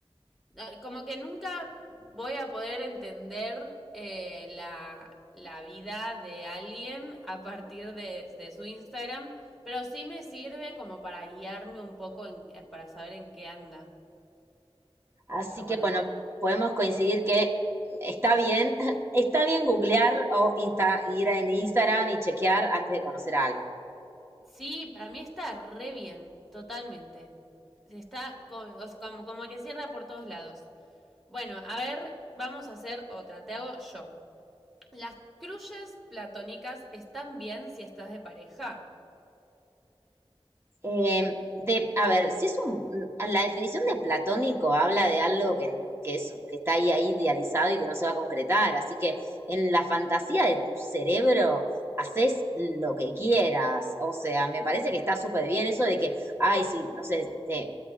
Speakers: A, in the centre; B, on the right.
A: no, como que nunca voy a poder entender eh, la, la vida de alguien a partir de, de su Instagram, pero sí me sirve como para guiarme un poco en- eh, para saber en qué anda.
B: Así
A: Pero bueno,
B: que bueno, podemos coincidir que está bien, <laughs> está bien googlear o insta- ir en Instagram y chequear antes de conocer a alguien.
A: sí, para mí está re bien, totalmente. Está co- o sea, como, como que cierra por todos lados. Bueno, a ver, vamos a hacer otra. Te hago yo. Las crushes platónicas están bien si estás de pareja.
B: Eh, de, a ver, si es un, la definición de platónico habla de algo que, que es, que está ahí, ahí idealizado y que no se va a concretar. Así que en la fantasía de tu cerebro haces lo que quieras. O sea, me parece que está súper bien eso de que, ay, si, no sé, te,